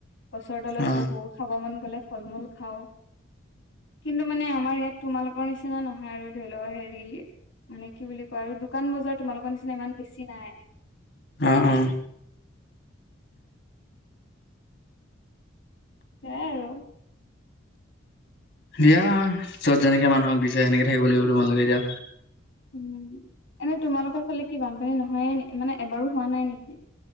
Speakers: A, on the left (about 80°); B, on the left (about 60°).
A: গছৰ তলত
B: অ
A: বহো খাব মন গলে ফল মূল খাওঁ। কিন্তু মানে আমাৰ ইয়াত তোমালোকৰ নিচিনা নহয় আৰু ধৰি ল হেৰি মানে কি বুলি কোৱা আৰু দোকান বজাৰ তোমালোকৰ নিচিনা ইমান বেছি নাই।
B: অ অ।
A: সেইয়াই আৰু।
B: দিয়া য'ত যেনেকে মানুহক দিছে সেনেকে থাকিব লাগিব তোমালোকে এতিয়া
A: উম, এনেই তোমালোকৰ ফালে কি বানপানী নহয়ে মানে এবাৰো হোৱা নাই নেকি?